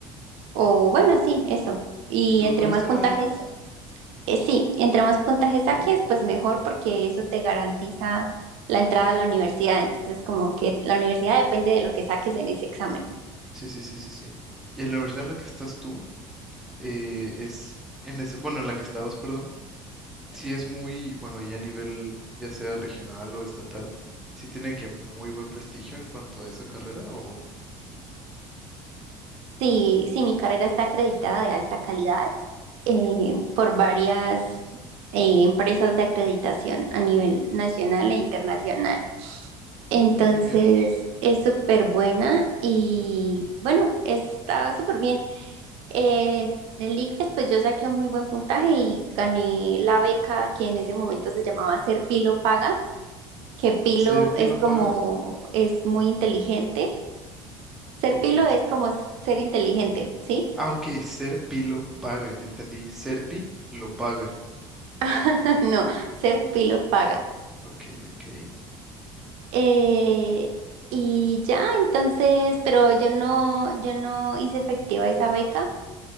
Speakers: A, on the right; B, in the centre.
A: o bueno, sí, eso. Y
B: ¿Y tú
A: entre
B: tuviste
A: más puntajes,
B: una de esas?
A: eh, sí, entre más puntajes
B: Uh.
A: saques, pues mejor porque eso te garantiza la entrada a la universidad. Entonces, como que la universidad depende de lo que saques en ese examen.
B: Sí, sí, sí, sí, sí. Y en la universidad en la que estás tú, eh, es, en ese, bueno, en la que estabas, perdón, sí es muy, bueno, y a nivel ya sea regional o estatal, sí tiene que muy buen prestigio en cuanto a esa carrera o,
A: Sí, sí, mi carrera está acreditada de alta calidad eh, por varias eh, empresas de acreditación a nivel nacional e internacional. Entonces,
B: oye, muy bien.
A: es súper buena y bueno, está súper bien. Eh, en el ICFES, pues yo saqué un muy buen puntaje y gané la beca que en ese momento se llamaba Ser Pilo Paga, que Pilo
B: ¿Serpi
A: es
B: lo
A: como,
B: paga?
A: es muy inteligente. Ser
B: Ok.
A: Pilo es
B: s-
A: como ser inteligente, ¿sí?
B: Ah, ok, Serpi lo paga, yo entendí, Serpi lo paga.
A: <laughs> No, ser pilo paga.
B: Ok, ok.
A: Eh, y ya, entonces, pero yo no, yo no hice efectiva esa beca